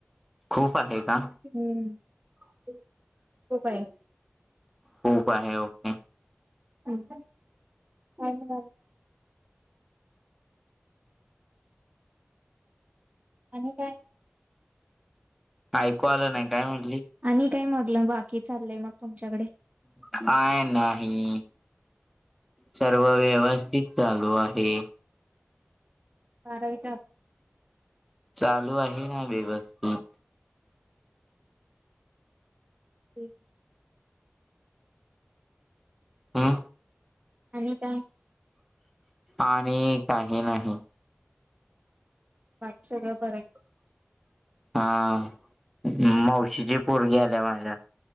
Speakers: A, in the centre; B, on the right (about 35°).
A: खूप आहे का?
B: हम्म खूप आहे.
A: खूप आहे ओके.
B: अछा अ ह <unintelligible> आणि काय?
A: ऐकू आलं नाही काय म्हनल.
B: आणि काय म्हटलं? बाकी चाललंय मग? तुमच्याकडे?
A: काय नाही. सर्व व्यवस्थित चालू आहे.
B: बारावी.
A: चालू आहे ना व्यवस्थित?
B: ठीक
A: हं
B: आणि काय?
A: आणि काही नाही.
B: बाकी सगळं बरं आहे?
A: हां... मावशीची पोरगी आल्या माझ्या.